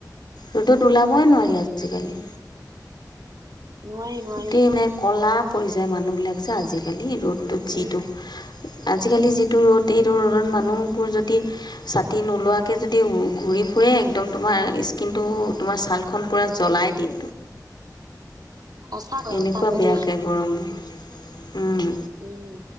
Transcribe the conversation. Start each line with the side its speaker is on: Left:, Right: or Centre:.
Left: ৰ'দত ওলাবই নোৱাৰি আজিকালি।
Right: নোৱাৰি নোৱাৰি
Left: গোটেই মানে ক'লা পৰি যায় মানুহবিলাক যে আজিকালি ৰ'দটোত। যিটো
Right: উম
Left: আজিকালি যিটো ৰ'দ এইটো ৰ'দত মানুহবোৰ যদি ছাতি নোলোৱাকৈ যদি ঘূৰি ফুৰে একদম তোমাৰ স্কিনটো তোমাৰ ছালখন জ্বলাই দিয়ে।
Right: সঁচাকৈ
Left: এনেকুৱা
Right: সঁচাকৈ
Left: বেয়াকে
Right: দেই
Left: গৰম, উম।
Right: উম,